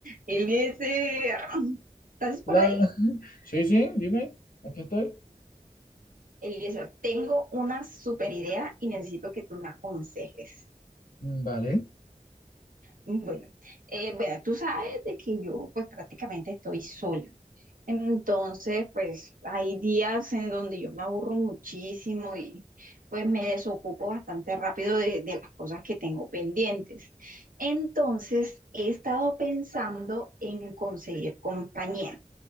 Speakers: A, on the right (about 75°); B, on the left (about 85°).
A: Eliezer, <clears throat> ¿estás por
B: Hola.
A: ahí?
B: Sí, sí, dime, aquí estoy.
A: Eliezer, tengo una super idea y necesito que tú me aconsejes.
B: Mm, Vale.
A: Bueno, eh, bueno, tú sabes de que yo pues prácticamente estoy sola. Entonces, pues hay días en donde yo me aburro muchísimo y pues me desocupo bastante rápido de, de las cosas que tengo pendientes. Entonces, he estado pensando en conseguir compañía.